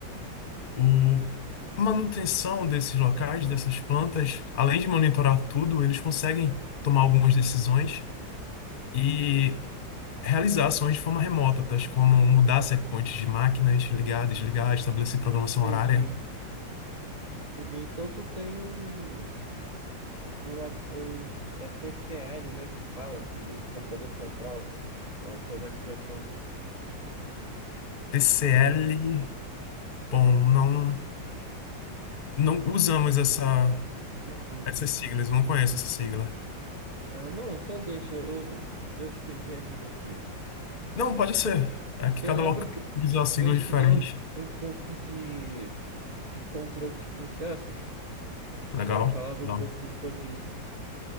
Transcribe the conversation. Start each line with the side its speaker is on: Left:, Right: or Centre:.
Left: o a manutenção desses locais, dessas plantas, além de monitorar tudo, eles conseguem tomar algumas decisões e realizar ações de forma remota, tais como mudar setpoints de máquinas, ligar, desligar, estabelecer programação
Right: Entendi.
Left: horária.
Right: Entendi. Então tu tem um. um, ad- um é PCL, né, que se fala, aquele computador central da automatização.
Left: TCL,
Right: Faz-
Left: bom,
Right: faz-
Left: não não usamos essa
Right: Uhum.
Left: essas siglas, eu não conheço essa sigla.
Right: Ah, não, então deixa, eu, eu devo ter viajado aqui.
Left: Não, pode ser. É que
Right: Eu
Left: cada
Right: lembro
Left: local
Right: que,
Left: usa siglas
Right: que eu estudei
Left: diferentes.
Right: um, um pouco de, de controle de processos,
Left: Legal,
Right: aí falava
Left: legal.
Right: um pouco sobre isso,